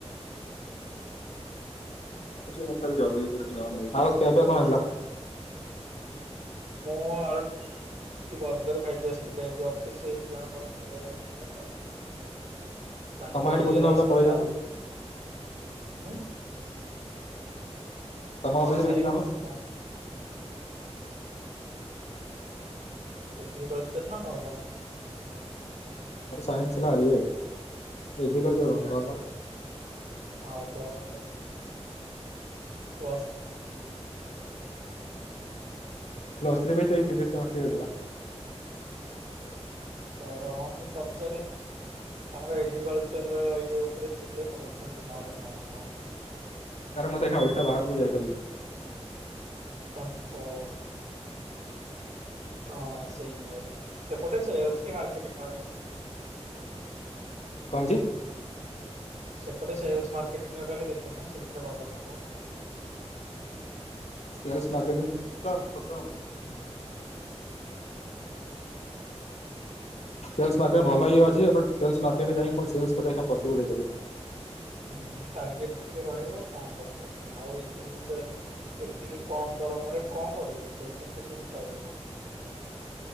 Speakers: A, on the left; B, on the right.
A: ମୁଁ ଖାଲି ଯୋଗିଲ <unintelligible> ଥିଲ ଜ ହଉ କେଛ ତ
B: ମୁଁ ଆଉ କି ବର୍ଗର ଖାଇକି ଆସିଥିଲି ଅଫିସରେ ଜଣ ମୋର ହେଇଥିଲା ତ। ତାଙ୍କ
A: ତମ ସେଠି
B: ଇଏରେ
A: ଭୋଜି ନହେଲେ
B: ଆସିଥିଲା
A: ପଳେଇ ଯାଉ
B: ଆଲୁ। ହୁଁ।
A: ତମ ଅଫିସରେ
B: ସାଇନ୍ସ
A: କିଛି କାମ।
B: ନା ଏଗ୍ରିକଲଚ <unintelligible> ସେଦିନ ନର୍ମାଲ।
A: ମୋର ସାଇନ୍ସ ହେଲା ଇଏ ଏଗ୍ରିକଲଚର ଗ
B: ହଁ plus three. Plus three.
A: Plus three ବି ସେଇ ଫିଜିକ୍ସ କେମିଷ୍ଟ୍ରୀ ଥିଲା।
B: ସାର ରହ୍ ମମୁଁ ପଚାରେ। ଆମର ଏଗ୍ରିକଲଚର ଇଏ ଉପରେ ଥିଲେ ନଉଛନ୍ତି ନହେଲେ ନଉନାହାନ୍ତି।
A: ନାରେ ମୁଁତେ ଏ ଓଡିଶା ବାହାରକୁ ଯାଇପାରିବିନି।
B: ହଁ ହଁ ସେଇ ଇଏରେ ସେପଟେ ସେଇ ଅଛି ମାର୍କେଟିଙ୍ଗ ଦେଖୁନ।
A: କଣ ହେଇଛି?
B: ସେପଟେ ସେଲସ୍ ମାର୍କେଟିଙ୍ଗ ଇରେ ଦେଖୁନ ସେଇଥିରେ ଭଲ ସ୍କୋପ
A: ସେଲସ ମାର୍କେଟିଂ <unintelligible> ପସାମ
B: ହୁଁ
A: ସେଲସ୍ ମାର୍କେଟିଙ୍ଗ ଭଲ ଇଏ ଅଛି ବଟ ସେଲସ୍ ମାର୍କେଟ ଯାଇକି ପୁଣି ସେଲ୍ସ କରିବା କାମ ପସିବଲ୍ ହେଇପାରିବନି।
B: ହୁଁ ଟାର୍ଗେଟ ଟିକେ ରହିବ କଣ କରିବ ଆଉ ଏତିକି <unintelligible> ଏତିକି କମ ଦରମାରେ କଣ କରିବ ଚ କେତେ ଦିନ ଚଳେଇବ।